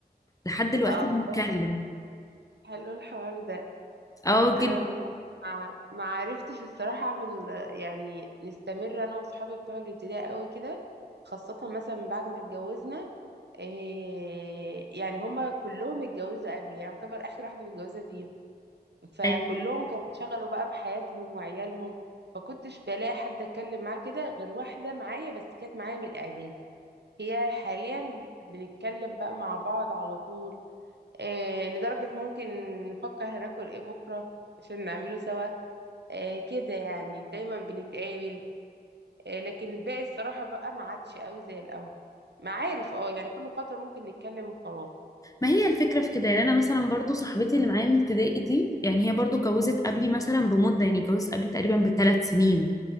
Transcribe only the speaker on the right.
كده الله
حلو الحوار ده
انا لا ما ما عرفتش الصراحه اعمل يعني نستمر انا واصحابي بتوع الابتدائي قوي كده خاصه مثلا من بعد ما اتجوزنا إيه يعني هما كلهم اتجوزوا قبلي يعني يعتبر اخر واحده متجوزه فيهم فكلهم
كانوا انشغلوا بقى بحياتهم وعيالهم فكنتش بلاقي حد اتكلم معاه كده غير واحده معايا بس كانت معايا من الاعداد هي حاليا بنتكلم بقى مع بعض على طول آه لدرجه ممكن نفكر هناكل ايه بكره عشان نعمله سوا آه كده يعني دايما بنتقابل آه لكن الباقي الصراحه بقى ما عادش قوي زي الاول معارف اه يعني كل فتره ممكن نتكلم وخلاص